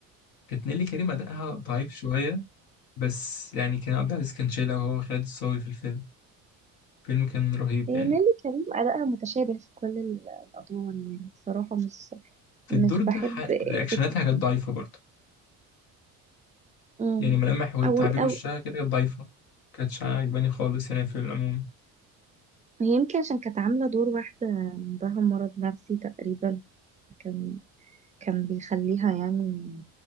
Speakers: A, on the left; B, on the right.
A: كانت نيللي كريم اداءها ضعيف شويه بس يعني كريم عبد العزيز كان شايلها وهو خالد الصاوي في الفيلم الفيلم كان رهيب
B: نيللي
A: يعني
B: كريم أداءها متشابه في كل ال- الأدوار يعني بصراحة مش
A: في
B: مش
A: الدور ده
B: بحب
A: ح... رياكشناتها
B: فكرة
A: كانت ضعيفه برضه
B: مم.
A: يعني ملامح وتعبير
B: أو أو
A: وشها كده كانت ضعيفه كانتش عاجباني خالص يعني في العموم
B: هي يمكن عشان كانت عاملة دور واحدة عندها مرض نفسي تقريبا كان كان بيخليها يعني